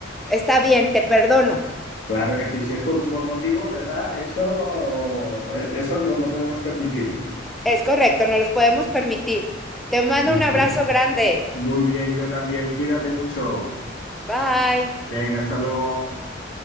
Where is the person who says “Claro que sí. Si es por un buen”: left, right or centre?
Left